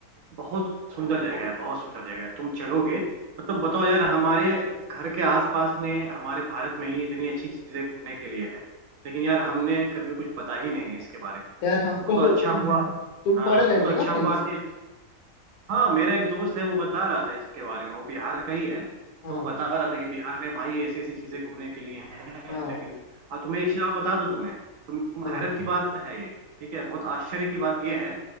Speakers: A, on the right; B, on the left.
A: बहुत सुंदर जगह है बहुत सुंदर जगह है तुम चलोगे मतलब बताओ यार हमारे घर के आसपास में हमारे भारत में ही इतनी अच्छी चीजें घूमने के लिए है लेकिन यार हमने कभी कुछ पता ही नहीं है इसके बारे में
B: यार हमको
A: वो तो अच्छा हुआ
B: तुम
A: हाँ
B: पढ़ रहे
A: वो तो
B: थे
A: अच्छा
B: क्या
A: हुआ
B: कहीं से?
A: कि हाँ मेरा एक दोस्त है वो बता रहा था इसके बारे में वो बिहार का ही है
B: हाँ
A: तो वो बता रहा था कि बिहार में भाई ऐसी ऐसी चीजें घूमने के लिए हैं
B: हाँ
A: लेकिन और तुम्हें एक चीज और बता दूं तुम्हें तुम, तुम
B: हाँ
A: हैरत की बात है ये ठीक है बहुत आश्चर्य की बात ये है